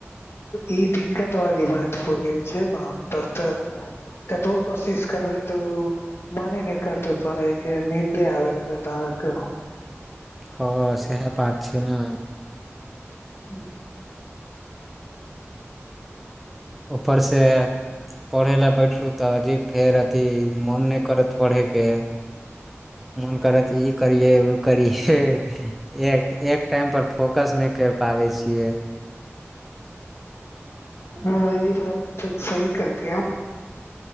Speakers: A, on the left; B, in the centre.
A: ई दिक्कत वाली बात हो गेल छै हँ तब तऽ कतबो कोशिश करबै तऽ उ मने नय करतै परहै केँ नीन्दे आबे लगत अहाँ कऽ
B: हूँ सेहा बत छैय न
A: हुँ
B: ऊपर से पढ़ै लऽ बैठलू तऽ जे फेयर अथी मोन नय करत पढ़े केँ मोन करत ई करिये उ करिये एक एक टाइम पर फोकस नय कैर पाबै छियै
A: हँ ई बात तऽ सही कहलिये